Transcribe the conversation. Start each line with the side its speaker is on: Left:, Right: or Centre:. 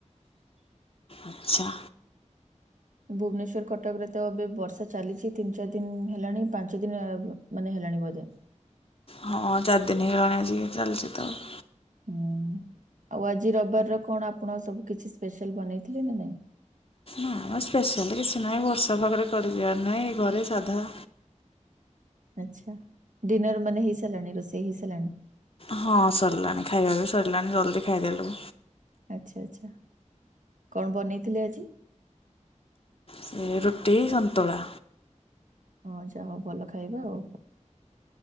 Left: ଆଚ୍ଛା।
Right: ଭୁବନେଶ୍ର କଟକରେ ତ ଏବେ ବର୍ଷା ଚାଲିଛି ତିନି ଚାରି ଦିନ ହେଲାଣି ପାଞ୍ଚ ଦିନ ମାନେ ହେଲାଣି ବୋଧେ।
Left: ହଁ ଚାରଦିନି ହେଲାଣି ଆସିକି ଚାଲିଚି ତ ଆଉ।
Right: ହୁଁ ଆଉ ଆଜି ରବିବାରର କଣ ଆପଣ ସବୁ କିଛି ସ୍ପେଶାଲ ବନେଇଥିଲେ ନା ନାଇଁ?
Left: ନାମ ସ୍ପେଶାଲ କିଛି ନାହିଁ ବର୍ଷା ପାଗରେ କୁଆଡେ ଯିବାର ନାହିଁ ଘରେ ସାଧା
Right: ଆଛା ଡିିନର ମାନେ ହେଇସାରିଲାଣି ରୋଷେଇ ହେଇସାରିଲାଣି?
Left: ହଁ ସରିଲାଣି ଖାଇବା ବି ସରିଲାଣି ଜଲ୍ଦି ଖାଇଦେଲୁ।
Right: ଆଚ୍ଛା ଆଚ୍ଛା କଣ ବନେଇଥିଲେ ଆଜି?
Left: ସଏ ରୁଟି ସନ୍ତୁଳା।
Right: ହଓ ହ ଯାହା ହଉ ଭଲ ଖାଇବା ଆଉ।